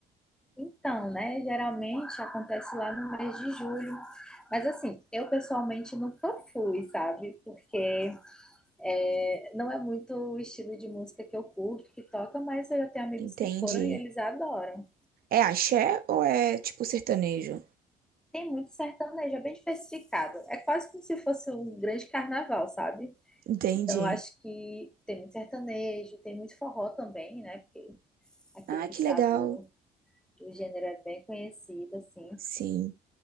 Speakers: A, in the centre; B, on the right.
A: Então, né, geralmente acontece lá no mês de julho. Mas assim, eu pessoalmente nunca fui, sabe? Porque é, não é muito o estilo de música que eu curto, que toca, mas eu já tenho amigos
B: Entende?
A: que foram e eles adoram.
B: É axé ou é, tipo, sertanejo?
A: Tem muito sertanejo, é bem diversificado. É quase como se fosse um grande carnaval, sabe?
B: Entendi.
A: Então, eu acho que tem muito sertanejo, tem muito forró também, né? Porque aqui
B: Ah,
A: no estado
B: que legal.
A: o gênero é bem conhecido, assim.
B: Sim,